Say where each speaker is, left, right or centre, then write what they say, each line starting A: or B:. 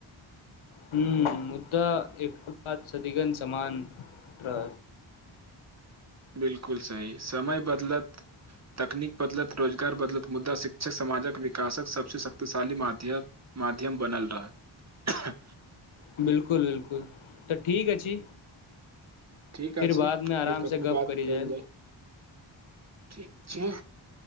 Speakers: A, on the left; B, on the right.
A: हू मुद्दा एक बाद सदिगन समान त
B: बिलकुल सही समय बदलत तकनीक बदलत रोजगार बदलत मुद्दा शिक्षक समाजक विकासक सबसँ शक्तिशाली माध्यम माध्यम बनल रहत
A: बिलकुल बिलकुल तऽ ठीक अछि
B: ठीक
A: फिर
B: अछि
A: बादमे आराम
B: फेर कखनो
A: से गप
B: बात
A: करी
B: करल
A: जाइ
B: जाय ठीक छै